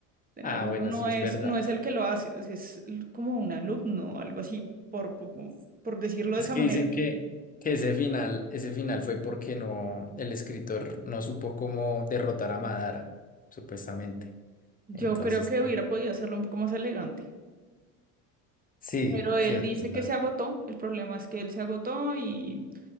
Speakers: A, on the right (about 20°); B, on the left (about 20°).
A: de
B: Ah,
A: Naruto
B: bueno,
A: no
B: sí es
A: es,
B: verdad.
A: no es el que lo hace, o sea, es l- como un alumno, algo así, por, por, por decirlo de
B: Es
A: esa
B: que
A: manera.
B: dicen que, que ese final, ese final fue porque no, el escritor no supo cómo derrotar a Madara, supuestamente.
A: Yo
B: Entonces,
A: creo que hubiera podido hacerlo un poco más elegante.
B: Sí,
A: Pero él
B: sí, es
A: dice
B: verdad.
A: que se agotó, el problema es que él se agotó y